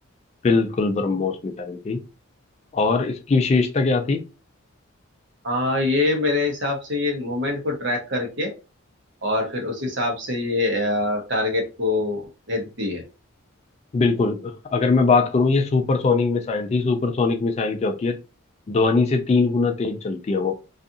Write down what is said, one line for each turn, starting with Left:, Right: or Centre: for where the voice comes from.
Left: बिल्कुल ब्रह्मोस मिसाइल थी और इसकी विशेषता क्या थी
Right: हाँ ये मेरे हिसाब से ये मोमेंट को ट्रैक करके और फिर उस हिसाब से ये टारगेट को भेजती है
Left: बिल्कुल अगर मैं बात करूं ये सुपरसोनिक मिसाइल थी सुपरसोनिक मिसाइल क्या होती है ध्वनि से तीन गुना तेज चलती है वो